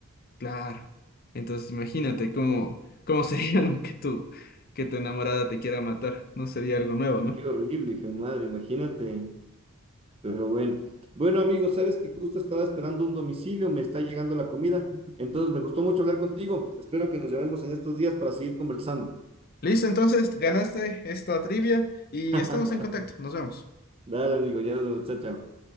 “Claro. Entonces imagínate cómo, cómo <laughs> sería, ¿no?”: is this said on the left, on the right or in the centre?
Left